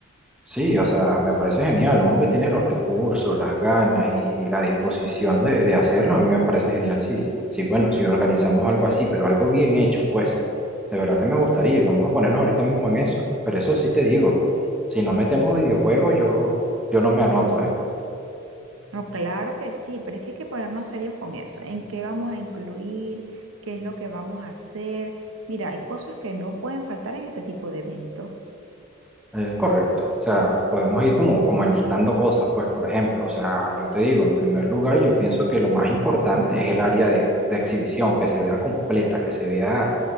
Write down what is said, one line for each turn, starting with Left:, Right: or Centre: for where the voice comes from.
Centre: Sí, o sea, me parece genial, uno que tiene los recursos, las ganas y, y la disposición de, de hacerlo, a mí me parece genial, sí, sí, bueno, si organizamos algo así, pero algo bien hecho, pues, de verdad que me gustaría y vamos a ponernos ahorita mismo en eso, pero eso sí te digo, si no metemos videojuegos, yo, yo no me anoto, ¿eh?
Right: No, claro que sí, pero es que hay que ponernos serios con eso. ¿En qué vamos a incluir? ¿Qué es lo que vamos a hacer? Mira, hay cosas que no pueden faltar en este tipo de eventos.
Centre: Eh, correcto. O sea, podemos ir como, como enlistando cosas, pues, por ejemplo, o sea, yo te digo, en primer lugar, yo pienso que lo más importante es el área de, de exhibición, que se vea completa, que se vea